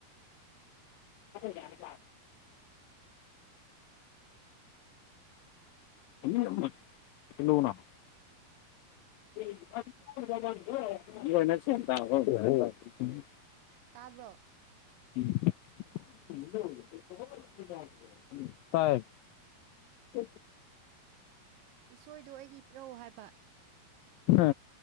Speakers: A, on the left (about 80°); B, on the right (about 70°).
A: <unintelligible> <unintelligible> <unintelligible>
B: ꯇꯥꯕ꯭ꯔꯣ
A: <unintelligible> ꯇꯥꯏ <inaudible>
B: ꯎꯁꯣꯏꯗꯣ ꯑꯩꯒꯤ ꯄꯤꯔꯧ ꯍꯥꯏꯕ
A: ꯍꯥ